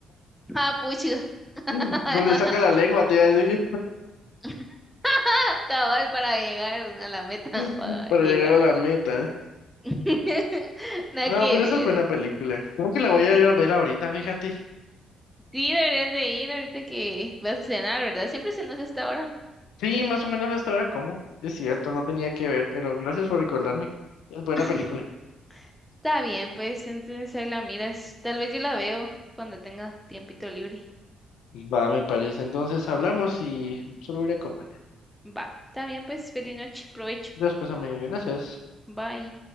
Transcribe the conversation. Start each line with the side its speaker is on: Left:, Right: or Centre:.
Centre: Ah, pucha.
Left: Mm,
Centre: <laughs>
Left: Donde saca la lengua, te iba a decir,
Centre: <laughs> Cabal para llegar a la meta,
Left: <laughs>
Centre: para
Left: para
Centre: llegar.
Left: llegar a la meta.
Centre: <laughs> Nada
Left: No,
Centre: que
Left: pero
Centre: ver.
Left: esa es buena película. Creo que la voy a ir a ver ahorita, fíjate.
Centre: Sí, deberías de ir ahorita que vas a cenar, ¿verdad? Siempre cenas a esta hora.
Left: Sí, más o menos hasta ahora como. Es cierto, no tenía que ver, pero gracias por recordarme. Es buena
Centre: <laughs>
Left: película.
Centre: Está bien, pues entonces ahí la miras. Tal vez yo la veo cuando tenga tiempito libre.
Left: Va, me parece. Entonces hablamos y solo voy a ir a comer.
Centre: Va, está bien, pues feliz noche, provecho.
Left: Después, amiga, gracias.
Centre: Bye.